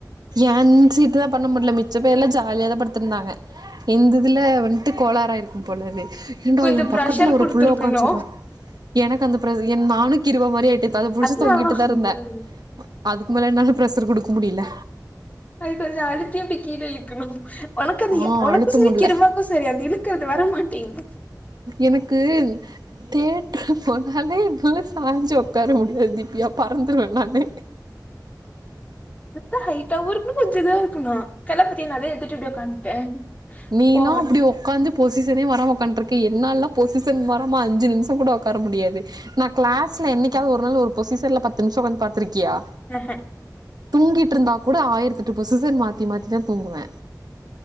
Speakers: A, on the right; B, on the left.
A: ஏன் சீட்டுதா பண்ண முடியல மிச்ச பேர்லா ஜாலியாதா படுத்திருந்தாங்க இந்ததுல வண்ட்டு கோலாரா இருக்கும்போல அது ஏண்டா
B: கொஞ்சோ
A: எ
B: ப்ரெஷர்
A: பக்கத்துல ஒரு
B: குடுத்துருக்கணு
A: புள்ள உக்காச்னுற எனக்கு அந்த என் நானுக்கிருவா மாரி ஆய் நேத்து அத புடிச்சு
B: அதா
A: தொங்கிட்டுதா இருந்தே அதுக்கு மேல என்னால ப்ரஷர் குடுக்க முடியல
B: அது கொஞ்ச அழுத்தி அப்டிகீழ இழுக்கணு உனக்கு அது
A: ஆ
B: உனக்கு
A: அழுத்த
B: சரி
A: முடில
B: கிருமாக்கு சரி அந்த இழுக்கறது வரமாட்டீங்து
A: எனக்கு தேட்டரு போனாலே நல்ல சாஞ்சு உக்கார முடியாது திவ்யா பறந்துடுவே நானு
B: எ ஹட்டாவவு இருக்குணு கொஞ்சதா இருக்கணு தளபதினாலே எடுத்துட்டு இப்டி உக்காந்துட்டே
A: நீளா
B: போக
A: அப்டி ஒக் உக்காந்து பொசிஷனே வராம உக்காண்ட்ருக்க என்னால்லா பொசிஷன் வரமா அஞ்சுநிமிஷ கூட உக்கார முடியாது நா க்ளாஸ்ல என்னிக்காவது ஒரு நா ஒரு பொசிஷன்ல பத்து நிமிஷ உக்காந்து பாத்திருக்கியா
B: ஆக
A: தூங்கிட்ருந்தா கூட ஆயிரத்தெட்டு பொசிசன் மாத்தி மாத்திதா தூங்குவே